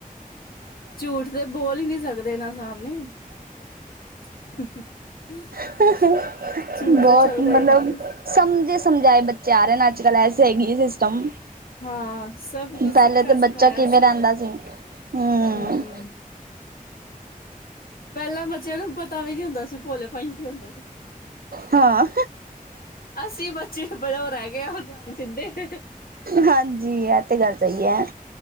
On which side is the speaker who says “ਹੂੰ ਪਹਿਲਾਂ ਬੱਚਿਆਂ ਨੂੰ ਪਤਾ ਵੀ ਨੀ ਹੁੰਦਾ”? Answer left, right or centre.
Left